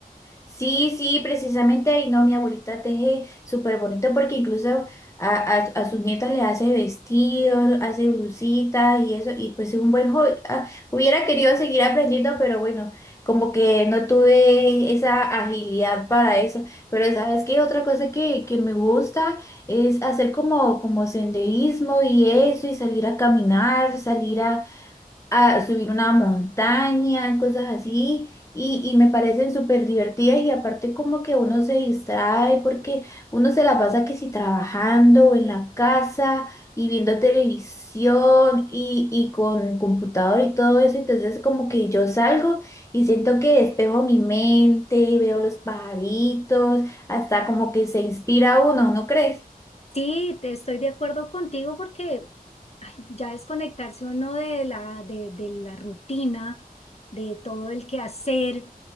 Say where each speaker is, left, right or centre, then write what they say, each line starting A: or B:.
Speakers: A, on the left (about 20°); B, on the left (about 40°).
A: Sí, sí, precisamente, y no, mi abuelita teje súper bonito porque incluso a, a, a sus nietas le hace vestidos, hace blusitas y eso, y pues es un buen hobby. Ah, hubiera querido seguir aprendiendo, pero bueno, como que no tuve esa agilidad para eso. Pero sabes qué, otra cosa que, que me gusta es hacer como, como senderismo y eso, y salir a caminar, salir a a subir una montaña, cosas así, y, y me parecen súper divertidas y aparte como que uno se distrae porque uno se la pasa que si trabajando o en la casa y viendo televisión y, y con computador y todo eso, entonces como que yo salgo y siento que despejo mi mente, veo los pajaritos, hasta como que se inspira uno, ¿no crees?
B: Sí, te estoy de acuerdo contigo porque ay, ya desconectarse uno de la, de, de la rutina, de todo el quehacer